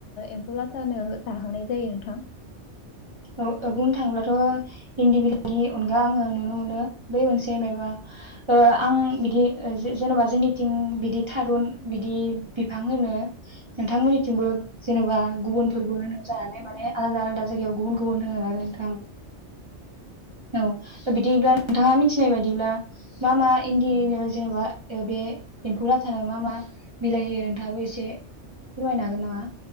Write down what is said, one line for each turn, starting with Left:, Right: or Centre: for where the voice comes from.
Left: एम्फौ लाथानो जाहोनाय जायो नोंथां?
Right: बुंनो थाङोब्लाथ' इन्दि बिलाइनि अनगा आङो नुनो मोनो बै मोनसे मायबा आं बिदि जेन'बा जोंनिथिं बिदि थारुन बिदि बिफां होनो नोंथांमोननिथिंबो जेनेबा गुबुनफोरबो होनजानाय माने आलादा आलादा जायगायाव गुबुन <unintelligible> आरो नोंथां औ बिदिब्ला नोंथाङा मिथिनाय बायदिब्ला मा मा इन्दिनो जेनेबा बे एम्फौ लाथानो मा मा बिलाय
Left: औ
Right: होयो नोंथाङाबो एसे फोरमायनो हागोन नामा?